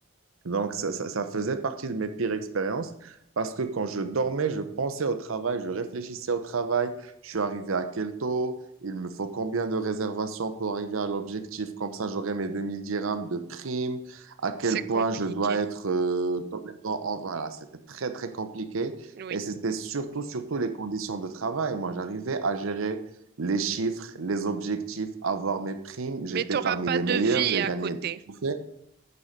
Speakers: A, on the right (about 80°); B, on the right (about 50°).
A: Donc, ça, ça- ça faisait partie de mes pires expériences parce que quand je dormais, je pensais au travail, je réfléchissais au travail, je suis arrivé à quel taux, il me faut combien de réservations pour arriver à l'objectif, comme ça j'aurai mes 2000 dirhams de prime, à quel
B: C'est compliqué,
A: point je dois être euh, tolérant. en- Voilà, c'était très, très compliqué
B: oui.
A: et c'était surtout, surtout les conditions de travail. Moi, j'arrivais à gérer les chiffres, les objectifs, avoir mes primes, j'étais
B: Mais tu n'auras
A: parmi
B: pas
A: les
B: de
A: meilleurs,
B: vie
A: j'ai
B: à
A: gagné.
B: côté.
A: des trophées.